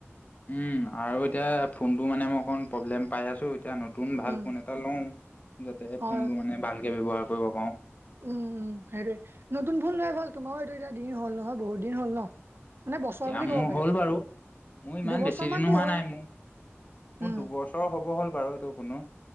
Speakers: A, on the left; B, on the right.
A: উম আৰু এতিয়া ফোনটো মানে মই অকণ প্ৰব্লেম পাই আছো এতিয়া নতুন ভাল
B: উম
A: ফোন এটা লও যাতে ফোনটো
B: অ
A: মানে ভালকে ব্যয়ৱহাৰ কৰিব পাৰো
B: উম উম সেইটোৱে নতুন ফোন লৈ ভাল তোমাৰো এইটো এতিয়া দিন হ'ল নহয় বহুত দিন হ'ল ন মানে বছোৱা
A: এতিয়া
B: বুলি
A: মোৰ
B: ক'ব পাৰি
A: হ'ল
B: আৰু
A: বাৰু মোৰ ইমান
B: দুবছৰ
A: বেছিদিনো
B: মানতো
A: হোৱা
B: হ'ল
A: নাই মোৰ-মোৰ
B: উম
A: দুবছৰ হব হ'ল বাৰু এইটো শুনো